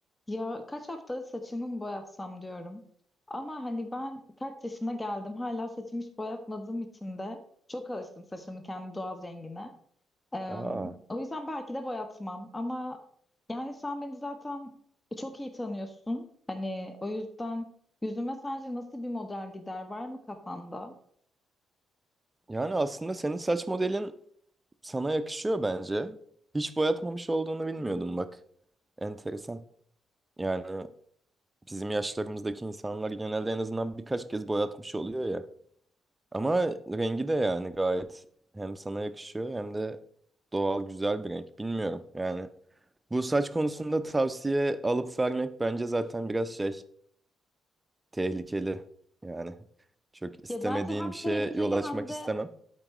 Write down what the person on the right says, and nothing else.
Aa,
yani aslında senin saç modelin sana yakışıyor bence. Hiç boyatmamış olduğunu bilmiyordum bak. Enteresan. Yani bizim yaşlarımızdaki insanlar genelde en azından birkaç kez boyatmış oluyor ya. Ama rengi de yani gayet hem sana yakışıyor hem de doğal güzel bir renk. Bilmiyorum yani. Bu saç konusunda tavsiye alıp vermek bence zaten biraz şey tehlikeli. Yani çok istemediğin
bir
şeye yol açmak
istemem.